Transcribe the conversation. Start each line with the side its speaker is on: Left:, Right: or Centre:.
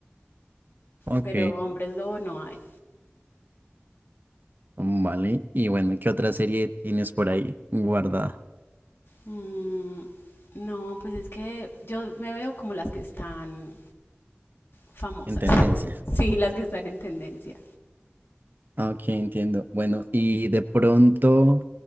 Right: Ok,
Left: pero hombres lobo no hay.
Right: vale. Y bueno, ¿qué otra serie tienes por ahí guardada
Left: Mm, no, pues es que yo me veo como las que están famosas.
Right: en tendencia?
Left: Tendencia. Sí, las que están en tendencia.
Right: Ok, entiendo. Bueno, y de pronto,